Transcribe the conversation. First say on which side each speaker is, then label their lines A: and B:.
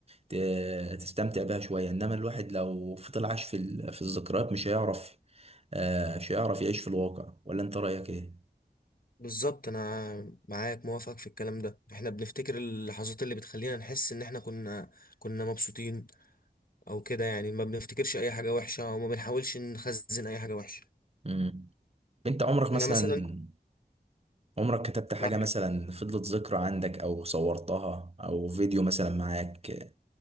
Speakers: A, on the right; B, on the left.
A: ت... تستمتع بيها شوية إنما الواحد لو فضل عايش في ال... في الذكريات مش هيعرف آه مش هيعرف يعيش في الواقع ولا أنت رأيك إيه؟
B: بالظبط انا معاك موافق في الكلام ده احنا بنفتكر اللحظات اللي بتخلينا نحس ان احنا كنا كنا مبسوطين او كده يعني ما بنفتكرش اي حاجة وحشة وما بنحاولش نخزن اي حاجة وحشة
A: مم. أنت عمرك مثلا
B: انا مثلا
A: عمرك كتبت حاجة
B: معاك
A: مثلا فضلت ذكرى عندك أو صورتها أو فيديو مثلا معاك